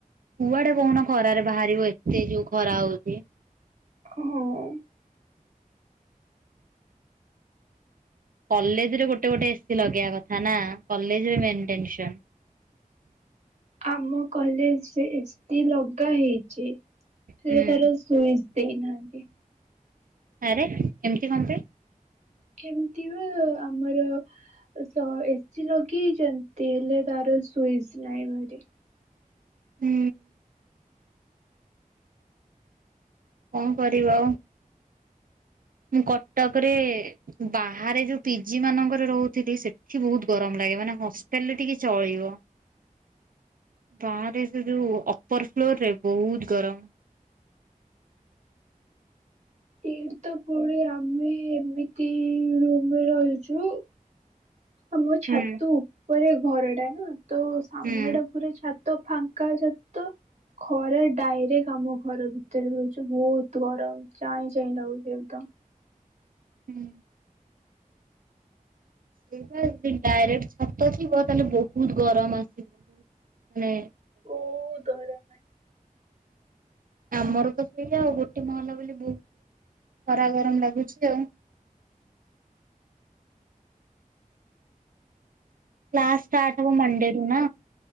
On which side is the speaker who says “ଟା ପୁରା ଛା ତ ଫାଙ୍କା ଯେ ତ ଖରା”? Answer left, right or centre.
Right